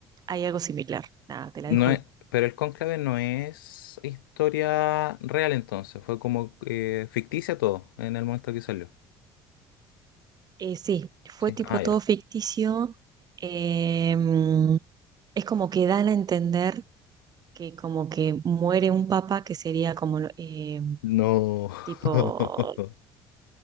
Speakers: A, on the right (about 35°); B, on the left (about 75°).
A: hay algo similar. Nada, te la
B: No
A: dejo
B: es,
A: ahí.
B: pero el cónclave no es historia real entonces, fue como eh, ficticia todo en el momento que salió.
A: Eh, sí, fue
B: Sí,
A: tipo
B: ah,
A: todo
B: ya.
A: ficticio. em, es como que dan a entender que como que muere un papa que sería como... em,
B: No.
A: tipo
B: <laughs>